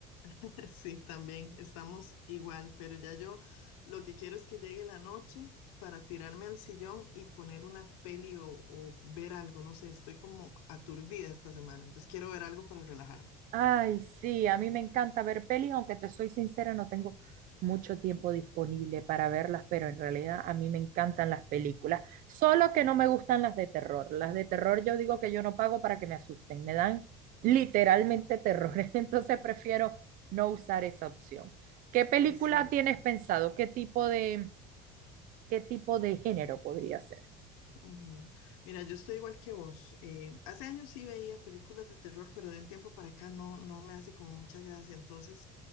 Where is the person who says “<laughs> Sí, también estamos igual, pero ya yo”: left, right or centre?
Left